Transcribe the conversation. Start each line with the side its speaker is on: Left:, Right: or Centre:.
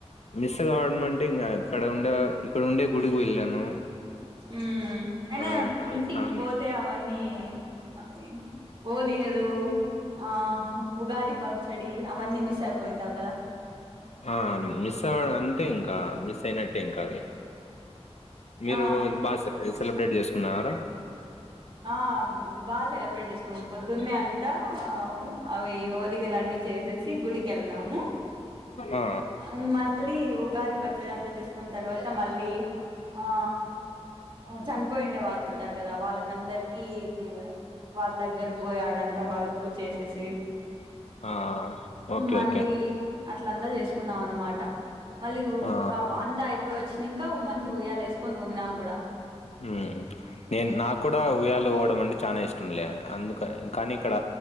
Left: మిస్ కావడ డం అంటే ఇంగ ఇక్కడ ఉండే ఇక్కడ ఉండే గుడికి వెళ్ళాను
Right: మ్మ్ అయినా
Left: ఆ
Right: ఇంటికి
Left: స్నానం
Right: పోతే అవన్నీ వే అవి ఓలిగలు ఆ ఉగాది పచ్చడి అవన్నీ మిస్ అయిపోయింటావు కదా
Left: ఆ మిస్ అవడ అన్ టె ఇంకా మిస్ అయినట్టే ఇంకా అవి మీరు
Right: ఆ
Left: బాగా సే సెలబ్రేట్ చేసు కున్నారా
Right: ఆ బాగా సెలబ్రేట్ చేసు పొద్దున్నే అంతా ఆ అవి ఓలిగలు అన్నీ చేసేసి గుడి కెల్నాము
Left: ఆ
Right: ఆ మళ్ళీ ఉగాది పచ్చడి అంతా చేసుకున్న తర్వాత మళ్ళీ ఆ చనిపోయిండే వాళ్ళు ఉంటారు కదా వాళ్ళక్ కందరికి మ్మ్ వాళ్ళ దగ్గర పోయి ఆడ అంత వాళ్ళుకు పూజ చేసేసి
Left: ఆ ఓకే
Right: మళ్ళీ
Left: ఓకే
Right: అట్లంతా చేసుకున్నాం అనమాట మళ్ళీ వు
Left: ఆ
Right: అవ్ అంతా అయి పచ్చినంక ఓ మంచి ఉయ్యాల వేసుకని ఊగిన కూడా
Left: మ్మ్ నేను నాకు కూడా ఉయ్యాల ఊగడం అంటే చానా ఇష్టం లే అందుక కానీ ఇక్కడ